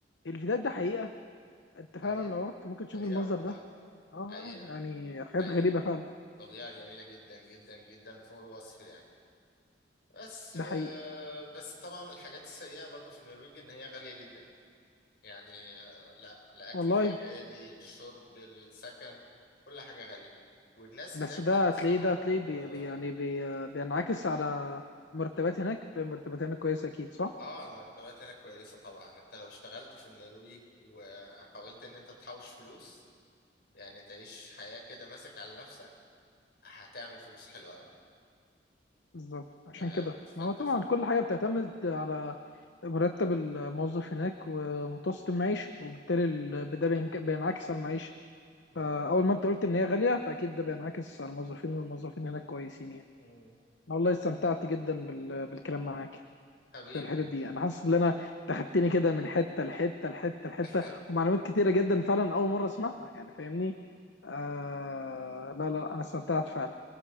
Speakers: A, on the left (about 75°); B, on the left (about 60°).
A: الفيديوهات ده حقيقه انت فعلا
B: حقيقة
A: لو رحت ممكن تشوف
B: حقيقة
A: المنظر
B: والله
A: ده اه
B: حقيقة
A: يعني حاجات
B: حقيقة
A: غريبه فعلا
B: طبيعة جميلة جدا جدا جدا فوق الوصف يعني بس
A: ده
B: آه،
A: حقيقي
B: بس طبعا من الحاجات السيئة برضو في النرويج إن هي غالية جدا يعني آه، لا الأكل
A: والله
B: فيها غالي الشرب السكن كل حاجة غالية والناس
A: بس
B: هناك
A: ده
B: تحسهم
A: هتلاقيه ده هتلاقيه بي
B: اه
A: بي- يعني بي بينعكس على مرتبات هناك المرتبات هناك كويسة أكيد صح؟
B: آه، المرتبات هناك كويسة طبعا انت لو اشتغلت في النرويج وحاولت ان انت تحوش فلوس يعني تعيش حياة كده ماسك على نفسك هتعمل فلوس حلوة أوي
A: بالظبط عشان
B: آه،
A: كده
B: فانت
A: ما هو طبعا
B: في ال-
A: كل حاجة بتعتمد على مرتب الموظف هناك ومتوسط المعيشة وبالتالي ال- ده بينك- بينعكس على المعيشة
B: بالظبط
A: فأول ما أنت قلت إن هي غالية فأكيد ده بينعكس على الموظفين والموظفين هناك كويسين يعني
B: مم.
A: أنا والله استمتعت جدا بال- بالكلام معاك
B: حبيبي
A: في الحتت دي انا حاسس ان انا تخدتني كده من حته لحته لحته لحته
B: <laughs>
A: ومعلومات كتيره جدا فعلا اول مره اسمعها يعني فاهمني آه لا لا انا استمتعت فعلا